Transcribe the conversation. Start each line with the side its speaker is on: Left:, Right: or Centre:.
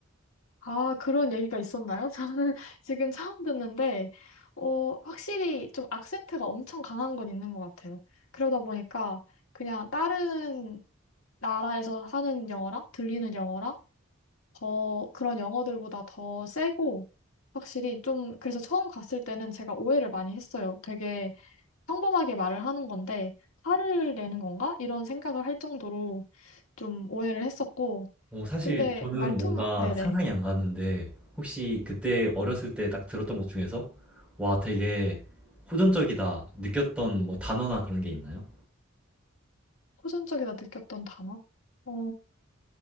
Left: 아, 그런 얘기가 있었나요? <laughs> 저는 지금 처음 듣는데, 어, 확실히 좀 악센트가 엄청 강한 건 있는 것 같아요. 그러다 보니까 그냥 다른 나라에서 하는 영어랑 들리는 영어랑 더 그런 영어들보다 더 세고, 확실히 좀, 그래서 처음 갔을 때는 제가 오해를 많이 했어요. 되게 평범하게 말을 하는 건데, 화를 내는 건가? 이런 생각을 할 정도로 좀 오해를 했었고,
Centre: 어, 사실
Left: 근데
Centre: 저는
Left: 말투만,
Centre: 뭔가
Left: 네네.
Centre: 상상이 안 가는데 혹시 그때 어렸을 때 딱 들었던 것 중에서 와, 되게 호전적이다 느꼈던 뭐 단어나 그런 게 있나요?
Left: 호전적이다 느꼈던 단어? 어,